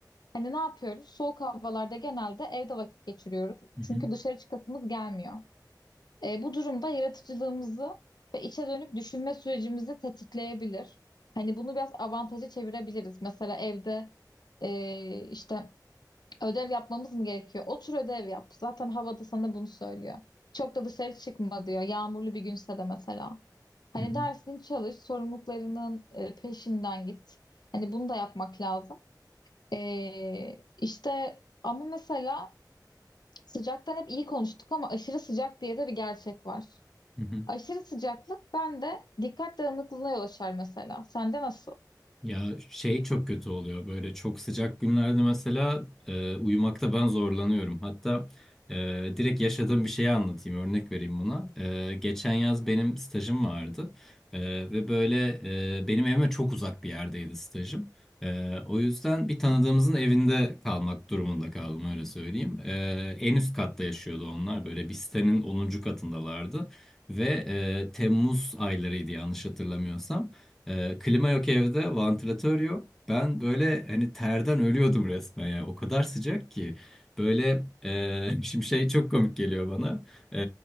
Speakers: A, on the left; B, in the centre.
A: Hani ne yapıyoruz? Soğuk havalarda genelde evde vakit geçiriyoruz.
B: Hı hı.
A: Çünkü dışarı çıkasımız gelmiyor. E, bu durumda yaratıcılığımızı ve içe dönük düşünme sürecimizi tetikleyebilir. Hani bunu biraz avantaja çevirebiliriz. Mesela evde e, işte ödev yapmamız mı gerekiyor? Otur ödev yap. Zaten havada sana bunu söylüyor. Çok da dışarı çıkma diyor. Yağmurlu bir günse de mesela. Hani
B: Hı hı.
A: dersini çalış, sorumluluklarının e, peşinden git. Hani bunu da yapmak lazım. Ee, işte ama mesela sıcaktan hep iyi konuştuk ama aşırı sıcak diye de bir gerçek var.
B: Hı hı.
A: Aşırı sıcaklık bende dikkat dağınıklığına yol açar mesela. Sende nasıl?
B: Ya şey çok kötü oluyor böyle çok sıcak günlerde mesela e, uyumakta ben zorlanıyorum. Hatta e, direkt yaşadığım bir şeyi anlatayım örnek vereyim buna. E, geçen yaz benim stajım vardı E, ve böyle e, benim evime çok uzak bir yerdeydi stajım. E, o yüzden bir tanıdığımızın evinde kalmak durumunda kaldım öyle söyleyeyim. E, en üst katta yaşıyordu onlar böyle bir sitenin onuncu katındalardı. Ve e, Temmuz aylarıydı yanlış hatırlamıyorsam. Ee, klima yok evde, vantilatör yok. Ben böyle hani terden ölüyordum resmen ya. O kadar sıcak ki. Böyle e, <laughs> şimdi şey çok komik geliyor bana. Ee,